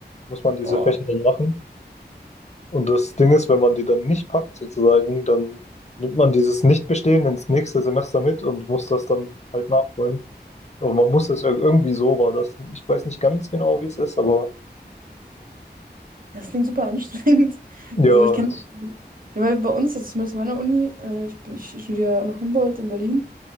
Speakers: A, on the left; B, on the right.
A: muss man diese
B: Boah.
A: Fächer dann machen. Und das Ding ist, wenn man die dann nicht packt sozusagen, dann nimmt man dieses Nichtbestehen ins nächste Semester mit und muss das dann halt nachholen. Aber man muss es ir- irgendwie so war das. Ich weiß nicht ganz genau, wie es ist, aber
B: Ja, das klingt super anstrengend. <laughs>
A: Ja,
B: Also ich kenne,
A: hätte-
B: ja, weil bei uns, also zumindest in meiner Uni, äh, ich bin, ich studiere an Humboldt in Berlin,